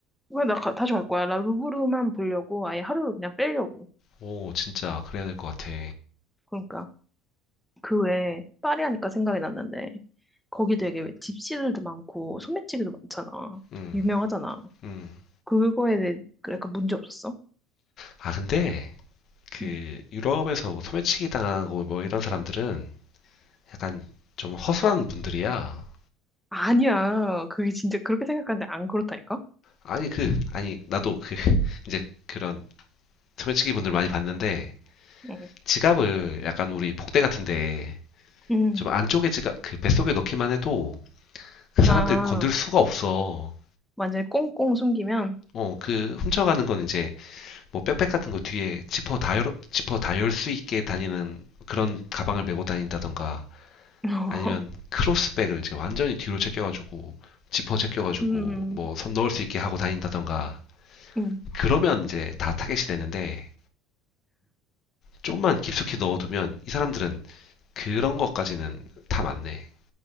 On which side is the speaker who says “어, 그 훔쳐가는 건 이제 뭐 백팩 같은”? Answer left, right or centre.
Left